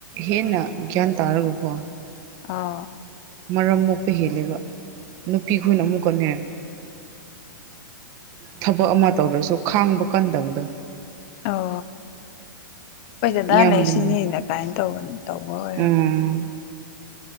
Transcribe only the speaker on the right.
ꯍꯦꯟꯅ ꯒ꯭ꯌꯥꯟ ꯇꯥꯔꯒꯀꯣ
ꯃꯔꯝ ꯃꯣꯛꯄ ꯍꯦꯜꯂꯦꯕ ꯅꯨꯄꯤ ꯈꯣꯏꯅ ꯑꯃꯨꯛ ꯀꯅꯔ ꯊꯕꯛ ꯑꯃ ꯇꯧꯔꯁꯨ ꯈꯥꯡꯕ ꯀꯟꯗꯕꯗꯣ
ꯏꯌꯥꯝꯕꯅ
ꯎꯝ